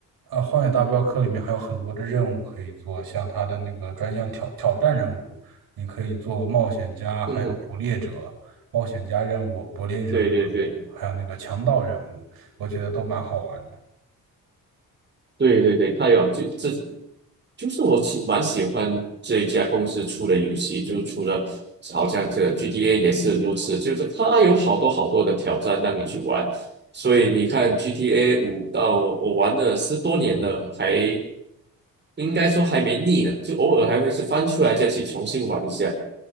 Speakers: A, on the right; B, on the right.
A: 呃，《荒野大镖客》里面还有很多的任务可以做，像它的那个专项挑挑战任务，你可以做冒险家，还有捕猎者、
B: 嗯哼，
A: 冒险家任务、捕猎者，
B: 对对对
A: 还有那个强盗任务，我觉得都蛮好玩的。
B: 对对对，他有就这就是我喜蛮喜欢这一家公司出的游戏，就是除了好像这个 GTA 也是如此，就是它有好多好多的挑战让你去玩。所以你看 GTA 五到我玩了十多年了，还应该说还没腻呢，就偶尔还会是翻出来再去重新玩一下。